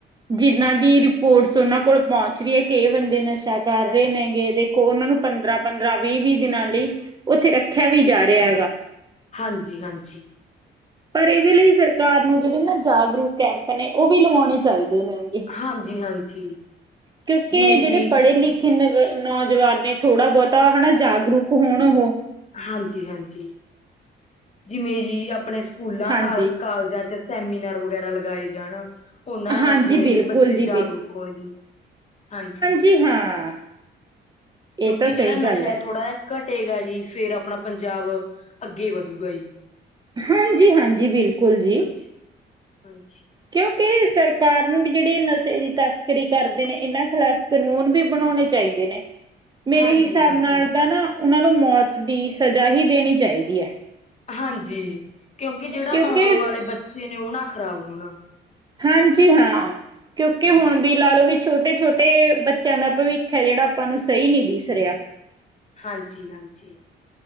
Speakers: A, on the right; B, on the left.
A: ਜਿਨਾਂ ਦੀ ਰਿਪੋਰਟਸ ਉਹਨਾਂ ਕੋਲ ਪਹੁੰਚ ਰਹੀ ਹੈ, ਕਿ ਐ ਬੰਦੇ ਨਸ਼ਾ ਕਰ ਰਹੇ ਨੇਗੇ ਦੇਖੋ ਉਹਨਾਂ ਨੂੰ ਪੰਦਰਾਂ-ਪੰਦਰਾਂ, ਵੀਹ-ਵੀਹ ਦਿਨਾਂ ਲਈ, ਉੱਥੇ ਰੱਖਿਆ ਵੀ ਜਾ ਰਿਹਾ ਹੈਗਾ।
B: ਹਾਂਜੀ-ਹਾਂਜੀ।
A: ਪਰ ਇਹਦੇ ਲਈ ਸਰਕਾਰ ਨੂੰ, ਜਿਹੜੇ ਨਾ ਜਾਗਰੂਕ ਕੈਂਪ ਨੇ, ਉਹ ਵੀ ਲਵਾਉਣੇ ਚਾਹੀਦੇ ਨੇ,
B: ਹਾਂਜੀ ਹਾਂਜੀ
A: ਕਿਉਂਕਿ
B: ਜਿਵੇਂ
A: ਜਿਹੜੇ
B: ਕਿ
A: ਪੜ੍ਹੇ ਲਿਖੇ ਕਿੰਨੇ ਨੌਜਵਾਨ ਨੇ, ਥੋੜ੍ਹਾ ਬਹੁਤਾ ਹਨਾ ਜਾਗਰੂਕ ਹੋਣਾ ਹਉ।
B: ਹਾਂਜੀ-ਹਾਂਜੀ, ਜਿਵੇਂ ਜੀ ਆਪਣੇ ਸਕੂਲਾਂ
A: ਹਾਂਜੀ
B: ਕਾਲਜਾਂ ਚੱ ਸੈਮੀਨਾਰ ਵਗੈਰਾ ਲਗਾਏ ਜਾਣ। ਹੁਨ ਐ
A: ਹਾਂਜੀ
B: ਥੋੜੇ
A: ਬਿਲਕੁਲ
B: ਕੀ ਬੱਚੇ
A: ਜੀ
B: ਜਾਗਰੂਕ ਹੋਣ ਜੀ ਹਾਂਜੀ
A: ਜੀ ਹਾਂ <unintelligible>
B: ਕਿਉਂਕਿ
A: ਇਹ ਤਾਂ ਸਹੀ
B: ਜਿਹੜਾ ਨਸ਼ਾ
A: ਗੱਲ
B: ਹੈ ਥੋੜ੍ਹਾ ਜਿਹਾ ਘਟੇਗਾ ਜੀ ਫਿਰ ਆਪਣਾ ਪੰਜਾਬ ਅੱਗੇ ਵਧੂਗਾ ਜੀ
A: ਹਾਂਜੀ ਹਾਂਜੀ ਬਿਲਕੁਲ ਜੀ
B: ਹਾਂਜੀ, ਹਾਂਜੀ।
A: ਕਿਉਂਕਿ ਸਰਕਾਰ ਨੂੰ ਵੀ ਜਿਹੜੀ ਨਸ਼ੇ ਦੀ ਤਸਕਰੀ ਕਰਦੇ ਨੇ ਇਹਨਾਂ ਖਿਲਾਫ਼ ਕਾਨੂੰਨ ਵੀ ਬਣਾਉਣੇ ਚਾਹੀਦੇ ਨੇ
B: <unintelligible>
A: ਮੇਰੇ ਹਿਸਾਬ
B: ਹਾਂਜੀ,
A: ਨਾਲ ਤਾਂ ਨਾ ਉਹਨਾਂ ਨੂੰ ਮੌਤ ਦੀ ਸਜ਼ਾ ਹੀ ਦੇਣੀ ਚਾਹੀਦੀ ਹੈ
B: ਹਾਂਜੀ ਕਿਉਂਕਿ ਜਿਹੜਾ
A: ਕਿਉਂਕਿ
B: ਆਉਣ ਵਾਲੇ ਬੱਚੇ ਨੇ ਉਹ ਨਾ ਖ਼ਰਾਬ ਹੋਣ
A: ਹਾਂਜੀ ਹਾਂ ਕਿਉਂਕਿ
B: ਹਾਂਜੀ।
A: ਹੁਣ ਵੀ ਲਾ ਲਓ ਵੀ ਛੋਟੀ ਛੋਟੇ ਛੋਟੇ ਬੱਚਿਆਂ ਦਾ ਭਵਿੱਖ ਹੈ ਜਿਹੜਾ ਆਪਾਂ ਨੂੰ ਸਹੀ ਨੀ ਦਿਸ ਰਿਹਾ
B: ਹਾਂਜੀ ਹਾਂਜੀ <unintelligible>